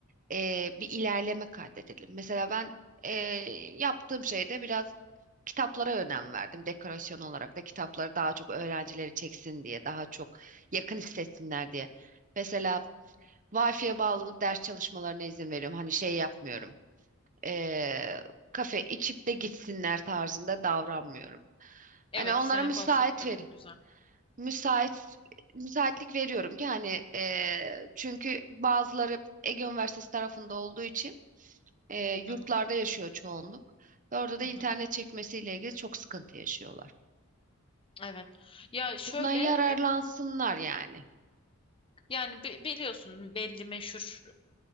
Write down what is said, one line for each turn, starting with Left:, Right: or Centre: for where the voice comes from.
Right: eee, bir ilerleme kaydedelim. Mesela ben eee, yaptığım şeyde biraz kitaplara önem verdim. Dekorasyon olarak da kitapları daha çok öğrencileri çeksin diye, daha çok yakın hissetsinler diye. Mesela Wi-Fi'ye bağlanıp ders çalışmalarına izin veriyorum. Hani şey yapmıyorum eee, kafe içip de gitsinler tarzında davranmıyorum.
Left: Evet,
Right: Hani onlara
Left: senin
Right: müsait
Left: konsept evet
Right: verin.
Left: güzel.
Right: Müsait müsaitlik veriyorum ki hani eee, çünkü bazıları Ege Üniversitesi tarafında olduğu için eee, yurtlarda
Left: Hı hı,
Right: yaşıyor çoğunluk ve orada da
Left: hı
Right: internet
Left: hı.
Right: çekmesiyle ilgili çok sıkıntı yaşıyorlar.
Left: Evet. Ya şöyle
Right: Bundan yararlansınlar yani.
Left: Yani bi- biliyorsun belli meşhur